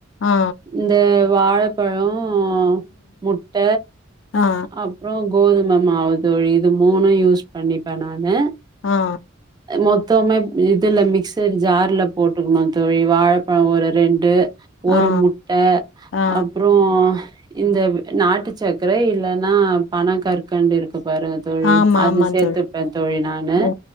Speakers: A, on the left; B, on the right.
A: ஆ
B: இந்த வாழப்பழொ ம் முட்ட
A: ஆ
B: அப்றொ கோதும மாவு தோழி இது மூணு யூஸ் பண்ணிப்பே நானு
A: ஆ
B: மொத் தம இதுல மிக்சர் ஜார்ல போட்டுக்கனு தோழி வாழப்பழொ ஒரு ரெண்டு ஒரு
A: ஆ
B: முட்ட
A: ஆ
B: அப்றோ இந்த நாட்டுச்சக்கர இல்லனா பனங் கற்கண்டு இருக்கு பாரு தோழி
A: ஆமா
B: அது
A: ஆமா
B: சேத்துப்பே
A: தோழி
B: தோழி நானு
A: ஓ